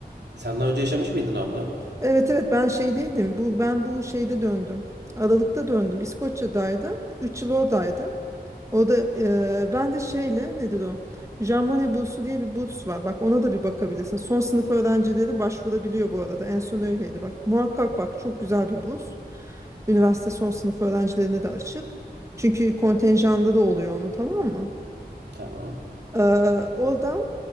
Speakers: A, on the right; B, on the right.
A: sen daha önce yaşamış mıydın abla?
B: Evet evet ben şeydeydim. Bu ben bu şeyde döndüm. Aralık'ta döndüm. İskoçya'daydım. 3 yıl oradaydım. O da e, ben de şeyle nedir o? Jean Monnet bursu diye bir burs var. Bak ona da bir bakabilirsin. Son sınıf öğrencileri başvurabiliyor bu arada. En son öyleydi. Bak muhakkak bak çok güzel bir burs. Üniversite son sınıf öğrencilerine de açık. Çünkü kontenjanda
A: Evet.
B: da oluyor onun tamam mı?
A: Tamam.
B: Ee, oradan